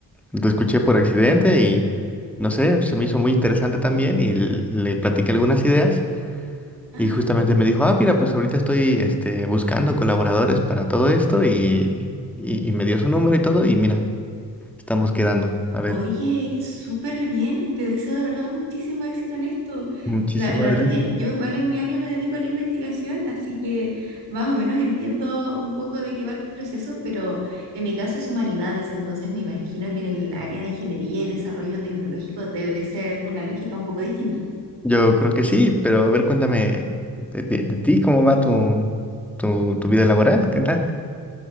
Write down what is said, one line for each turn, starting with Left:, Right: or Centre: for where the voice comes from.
Centre: lo escuché por accidente y no sé, se me hizo muy interesante también y l- le platiqué algunas ideas.
Right: Ajá.
Centre: Y justamente me dijo, ah, mira, pues ahorita estoy este, buscando colaboradores para todo esto y, y, y me dio su número y todo. Y mira. Estamos quedando. A ver,
Right: Oye, súper bien. Te deseo de verdad muchísimo éxito en esto.
Centre: muchísimas
Right: La, la verdad
Centre: gracias.
Right: es que yo igual en mi área me dedico a la investigación, así que más o menos entiendo un poco de qué va el proceso, pero en mi caso es humanidades, entonces me imagino que en el área de ingeniería y desarrollo tecnológico debe ser una lógica un poco distinta.
Centre: Yo creo que sí, pero a ver, cuéntame de, de- de ti, ¿cómo va tu, tu, tu vida laboral? ¿Qué tal?